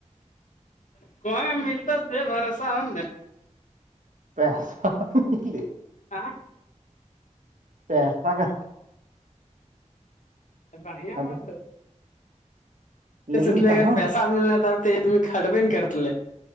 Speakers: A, on the left (about 80°); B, on the right (about 80°).
A: کون ملتا سے بھروسہ ہوا
B: <unintelligible>
A: ہا
B: کیا
A: بڑھیاپ
B: ہلو لیکن
A: سچ ا
B: کہاں
A: پیسہ بھی ملنا تھا تھ تم خٹبین کرتا ل